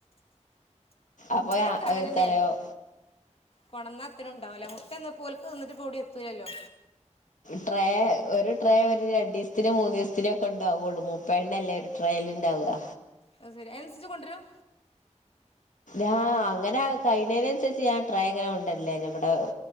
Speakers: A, on the left (about 85°); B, on the left (about 50°).
A: അപ്പോൾ
B: ടെക്കെ അങ്ങനന്നെ
A: എത്ര
B: കൊടന്നാത്തിനുണ്ടാവുല്ല മുട്ട എന്നും ഓല്ക്ക് തിന്നിട്ട്പ്പ ഓടി എത്തൂല്ലല്ലോ
A: ട്രേ ഒരു ട്രേ ഒരു രണ്ടീസത്തിന് മൂന്നീസത്തിനൊക്കെ ഇണ്ടാവൊള്ളോ മുപ്പെണ്ണല്ലേ ട്രേല് ണ്ടാവ
B: അത് ശരി അയ്നന്സരിച്ച് കൊണ്ടരും
A: ആ അങ്ങനെ കയിനേനന്സരിച്ച് ഞാൻ ട്രേ അങ്ങനെ കൊണ്ടരലാ ഞമ്മടെ